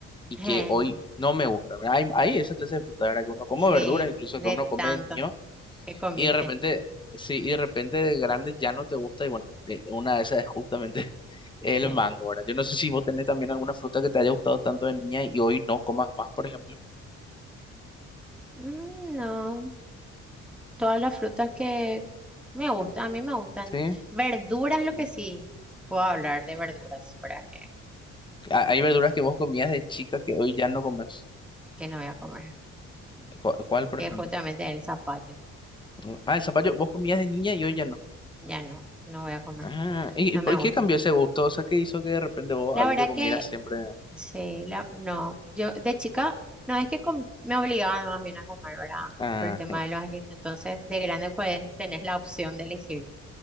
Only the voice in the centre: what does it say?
Eh,
sí,
de
tanto
que comiste.
Sí.
Mm, No, todas las frutas que me gustan, a mí me gustan.
Verduras, lo
que sí, puedo hablar de verduras, ¿verdad? Que
que no voy a comer,
que
es justamente el zapallo.
Ya no, no voy a comer,
no
me gusta.
La
verdad
que
sí, la- no, yo de chica no es que com- me obligaban más bien a comer, ¿verdad?
Por el tema de los alimentos. Entonces, de grande pues tenés la opción de elegir.